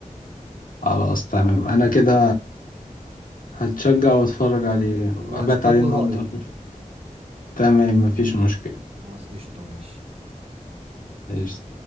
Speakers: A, on the left; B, on the right.
A: خلاص تمام انا كده هتشجع واتفرج عليه وابات
B: وهستنى
A: عليه النهارده
B: رأيك
A: أشوف. تمام مفيش مشكله
B: خلاص قشطة ماشي
A: ايش